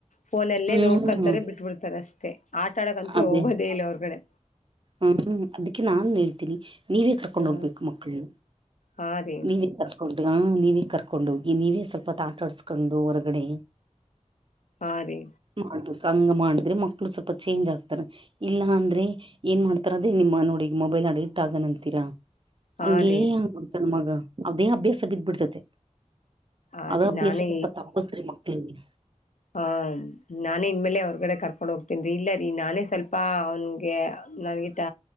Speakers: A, on the left; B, on the right.
A: ಫೋನಲ್ಲೇ
B: ಹ್ಮ್
A: ನೋಡ್ಕೊಂತಾರೆ
B: ಅದೇ ಹ್ಮ್
A: ಬಿಟ್ಬಿಡ್ತಾರ ಅಷ್ಟೇ ಆಟ ಕಂತೂ
B: ಅದೇ
A: ಹೋಗೋದೇ ಇಲ್ಲ ಹೋರಗಡೆ
B: ಹ್ಮ್ ಅದಕ್ಕೆ ನಾನ್ ಹೇಳ್ತೀನಿ ನೀವೇ ಕರ್ಕೊಂಡ್
A: ಹ
B: ಹೋಗ್ಬೇಕು ಮಕ್ಕಳ್ನ
A: ಹಾ ರೀ
B: ನೀವೇ ಕರ್ಕೊಂಡು ಹೋಗಿ ನೀವೇ ಕರ್ಕೊಂಡು ಹೋಗಿ ನೀವೇ ಸ್ವಲ್ಪಹೊತ ಆಟಾಡ್ಸ್ಕೊಂಡು ಹೊರಗಡೆ
A: ಆ ರೀ
B: ಮಾಡ ಸಂಗ ಮಾಡಿದ್ರೆ ಮಕ್ಕಳು ಸ್ವಲ್ಪ ಚೇಂಜ್ ಆಗ್ತಾರೆ ಇಲ್ಲ ಅಂದ್ರೆ ಏನ್ ಮಾಡ್ತಾರ ಅದೇ ನಿಮ್ಮ ನೋಡಿ ಮೊಬೈಲ್ ಅಡಿಕ್ಟ್ ಆಗನ್ ಅಂತೀರಾ
A: ಹಾ
B: ಹಂಗೆ
A: ರೀ
B: ಆಗ್ಬಿಡ್ತಾನ್ ಮಗ ಅವ್ವೆ ಅಭ್ಯಾಸ ಬಿದ್ದ ಬಿಡ್ತತೆ
A: ಆ
B: ಅದ
A: ರೀ ನಾನೇ
B: ಬೇಸ <unintelligible> ತಪ್ಪಿಸ್ರಿ ಮಕ್ಕಳಿಗೆ
A: ಹಾ ನಾನೆ ಇನ್ಮೇಲೆ ಹೊರಗಡೆ ಕರ್ಕೊಂಡು ಹೋಗ ರಿ ಇಲ್ಲಾ ರೀ ನಾನೇ ಸ್ವಲ್ಪ ಅವನ್ಗೆ ನನ್ಗ <unintelligible>